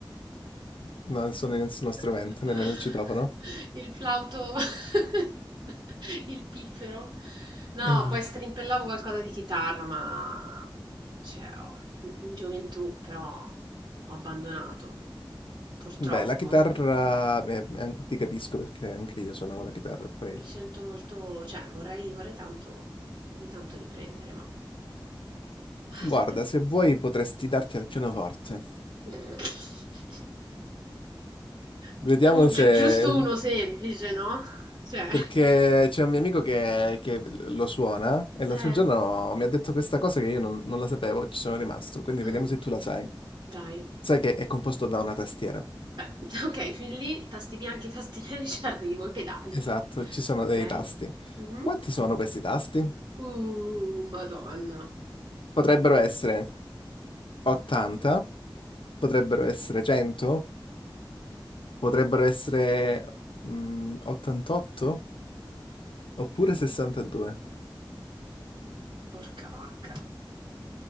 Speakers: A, on the left; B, on the right.
A: No, non suoni nessuno strumento,
B: <laughs>
A: nemmeno il citofono.
B: Il flauto <laughs> il piffero. No,
A: <laughs> Eh, no.
B: poi strimpellavo qualcosa di chitarra, ma cioè, ho- in in gioventù però ho abbandonato, purtroppo.
A: Beh, la chitarra, eh, an- ti capisco perché anche io suonavo la chitarra e poi
B: Mi sento molto, cioè vorrei, vorrei tanto, vorrei tanto riprendere, ma ah,
A: Guarda,
B: troppe...
A: se vuoi potresti darti al pianoforte.
B: <laughs>
A: Vediamo
B: Beh, un-
A: se...
B: gi- giusto uno semplice, no? Cioè,
A: Perché c'è un mio amico che, che lo suona e l'altro
B: eh,
A: giorno mi ha detto questa cosa che io non, non la sapevo, ci sono rimasto. Quindi
B: mm,
A: vediamo se tu la sai.
B: dai,
A: Sai che è composto da una tastiera.
B: beh, <laughs> ok, fin lì, tasti bianchi, tasti <laughs> neri ci arrivo, i pedali
A: Esatto,
B: anche,
A: ci sono
B: ok?
A: dei tasti.
B: Mhm.
A: Quanti sono questi tasti?
B: Uh, Madonna,
A: Potrebbero essere 80, potrebbero essere 100, potrebbero essere mm, 88 oppure 62.
B: porca vacca,